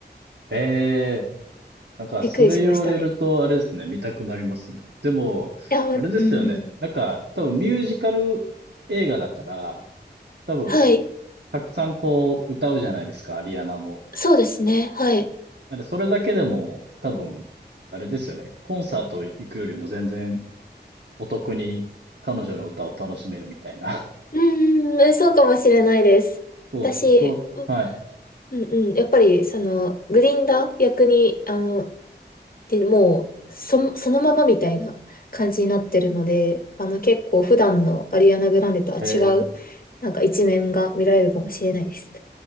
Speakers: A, on the right (about 75°); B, on the left (about 55°).
A: えー、
B: <laughs>
A: なんか、
B: びっくりしましたね。
A: それ言われると、あれですね、見たくなりますね。でも、
B: いや、うんうん。
A: あれですよね。なんか、多分ミュージカル映画だから、多分、
B: はい。
A: たくさんこう歌うじゃないですか、アリアナも。
B: そうですね。はい。
A: なんでそれだけでも多分、あれですよね、コンサート行くよりも全然お得に彼女の歌を楽しめるみたいな。<laughs>
B: うんうんうん、えそうかもしれないです。
A: そうですね、
B: 私、
A: そう、はい。
B: うんうん。やっぱり、その、グリンダー役に、あの、で、もう、そ、そのままみたいな感じになってるので、あの、結構普段のアリアナ・グランデとは違う、
A: えー、
B: なんか一面が見られるかもしれないです。